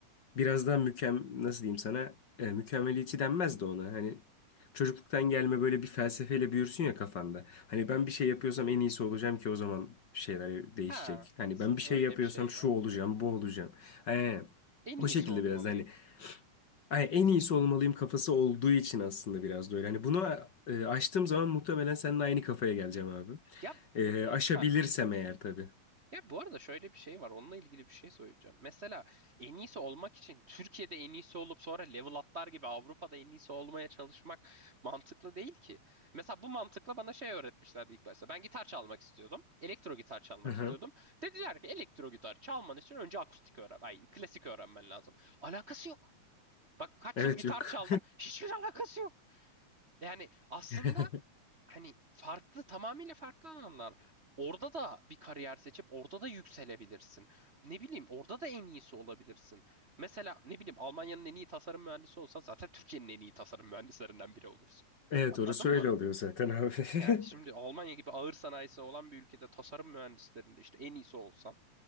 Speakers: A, on the left; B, on the right.
A: biraz daha mükem nasıl diyeyim sana e, mükemmeliyetçi denmez de ona hani çocukluktan gelme böyle bir felsefeyle büyürsün ya kafanda hani ben bir şey yapıyorsam en iyisi olacağım ki o zaman bir şeyler değişecek
B: Ha,
A: hani
B: sen-
A: ben bir
B: öyle
A: şey yapıyorsam
B: bir şey
A: şu
B: var.
A: olacağım bu olacağım Aynen.
B: En
A: o
B: iyisi
A: şekilde
B: olmalıyım.
A: biraz hani ay, en iyisi olmalıyım kafası olduğu için aslında biraz da öyle hani bunu e, aştığım zaman muhtemelen seninle aynı kafaya geleceğim abi
B: Ya
A: E, aşabilirsem
B: ha.
A: eğer tabii.
B: Ya bu arada şöyle bir şey var. Onunla ilgili bir şey söyleyeceğim. Mesela en iyisi olmak için Türkiye'de en iyisi olup sonra level atlar gibi Avrupa'da en iyisi olmaya çalışmak mantıklı değil ki. Mesela bu mantıkla bana şey öğretmişlerdi ilk başta. Ben gitar çalmak istiyordum. Elektro gitar çalmak
A: Aha.
B: istiyordum. Dediler ki elektro gitar çalman için önce akustik öğren. Ay klasik öğrenmen lazım. Alakası yok. Bak kaç
A: Evet
B: yıl gitar
A: yok.
B: çaldım. Hiçbir alakası yok. Yani aslında
A: <laughs>
B: hani farklı tamamıyla farklı alanlar. Orada da bir kariyer seçip orada da yükselebilirsin. Ne bileyim orada da en iyisi olabilirsin. Mesela ne bileyim Almanya'nın en iyi tasarım mühendisi olsan zaten Türkiye'nin en iyi tasarım mühendislerinden biri olursun.
A: Evet
B: Anladın
A: orası
B: mı?
A: öyle oluyor zaten abi. <laughs>
B: Yani şimdi Almanya gibi ağır sanayisi olan bir ülkede tasarım mühendislerinde işte en iyisi olsan